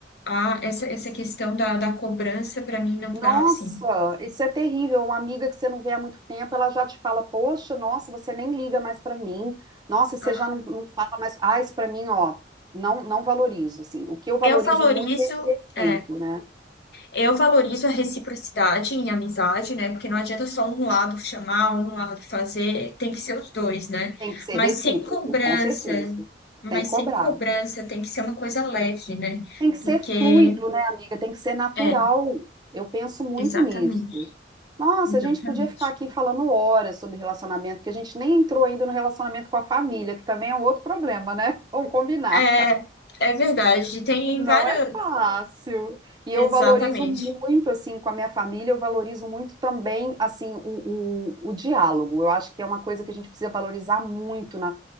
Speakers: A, on the left; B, on the right.
A: Ah, essa, essa questão da, da cobrança para mim não
B: Nossa,
A: dá, assim.
B: isso é terrível. Uma amiga que você não vê há muito tempo, ela já te fala: Poxa, nossa, você nem liga mais pra mim. Nossa, você
A: Ah,
B: já não, não fala mais. Ah, isso pra mim, ó, não, não valorizo. Assim, o que eu valorizo
A: eu valorizo,
B: muito é esse respeito,
A: é,
B: né?
A: eu valorizo a reciprocidade em amizade, né? Porque não adianta só um lado chamar, um lado fazer, tem que ser os dois, né?
B: Tem que ser
A: Mas
B: recíproco,
A: sem cobrança,
B: com certeza.
A: mas
B: Sem cobrar.
A: sem cobrança tem que ser uma coisa leve, né?
B: Tem que ser
A: Porque,
B: fluido, né, amiga? Tem que ser natural.
A: é,
B: Eu penso muito
A: exatamente,
B: nisso. Nossa,
A: exatamente.
B: a gente podia ficar aqui falando horas sobre relacionamento, porque a gente nem entrou ainda no relacionamento com a família, que também é um outro problema, né? <laughs> Vamos combinar.
A: É, é verdade, tem
B: Não
A: várias,
B: é fácil. E
A: exatamente.
B: eu valorizo muito, assim, com a minha família, eu valorizo muito também, assim, o, o, o diálogo. Eu acho que é uma coisa que a gente precisa valorizar muito na